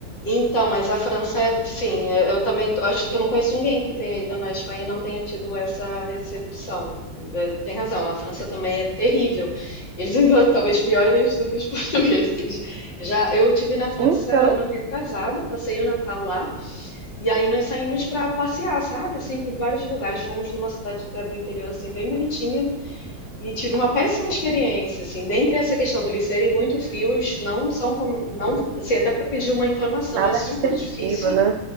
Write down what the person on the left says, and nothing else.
Então, mas a França é, sim, eu eu também tô- acho que eu não conheço ninguém que tenha ido na Espanha e não tenha tido essa recepção. É, Tem razão, a França também é terrível. Eles ainda talvez piores do que os <laughs> portugueses. Já eu tive na França
ano retrasado, passei o Natal lá e aí nós saímos para passear, sabe? Assim, por vários lugares. Fomos numa cidade até do interior assim bem bonitinha e tive uma péssima experiência, assim, dentre essa questão deles serem muito frios, não são como, não, assim, até para pedir uma informação
é super
difícil,